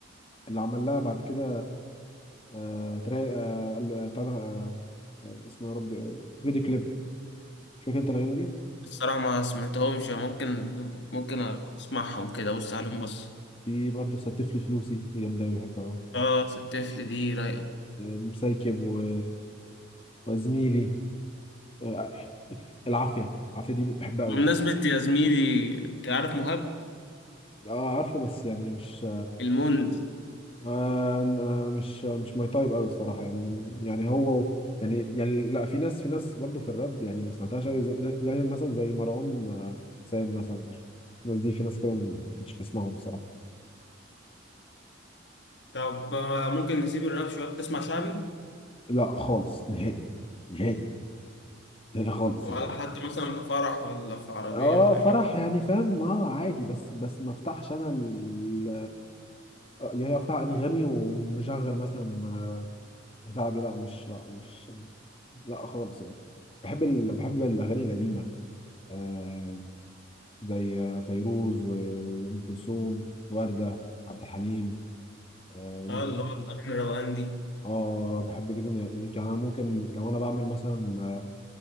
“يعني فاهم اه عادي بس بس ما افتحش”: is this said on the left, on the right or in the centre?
Left